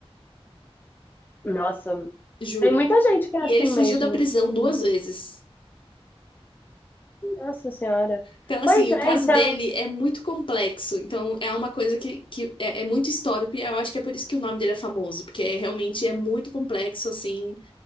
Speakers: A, on the left (about 20°); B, on the left (about 55°).
A: Nossa,
B: juro.
A: tem muita gente que é
B: E
A: assim
B: ele fugiu
A: mesmo.
B: da prisão
A: Sim.
B: duas vezes.
A: Nossa Senhora.
B: Então, assim,
A: Pois
B: o
A: é,
B: caso
A: isso
B: dele
A: é
B: é muito complexo. Então, é uma coisa que, que é, é muito histórico e eu acho que é por isso que o nome dele é famoso, porque é- realmente é muito complexo, assim.